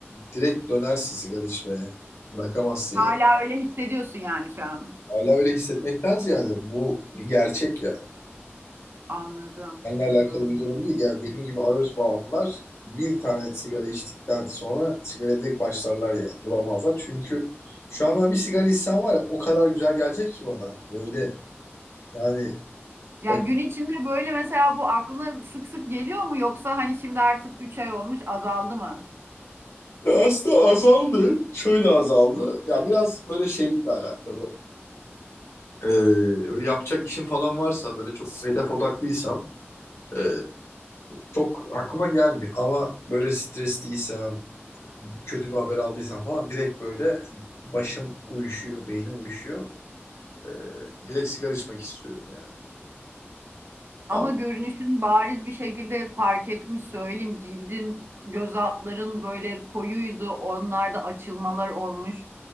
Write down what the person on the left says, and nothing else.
direkt dönersin sigara içmeye. Bırakamazsın
ya.
Hala öyle hissetmekten ziyade bu bir gerçek ya.
Seninle
alakalı bir durum değil. Yani benim gibi ağır bağımlılar bir tane sigara içtikten sonra sigara direkt başlarlar ya. Duramazlar. Çünkü şu an ben bir sigara içsem var ya o kadar güzel gelecek ki bana. Böyle yani
baş-
Ya <laughs> Aslında azaldı. Şöyle azaldı. Ya biraz böyle şeyle alakalı. Ee, böyle yapacak işim falan varsa böyle çok hedef odaklıysam ee, çok aklıma gelmiyor. Ama böyle stresliysem kötü bir haber aldıysam falan direkt böyle başım uyuşuyor, beynim uyuşuyor. Ee, direkt sigara içmek istiyorum yani. Ama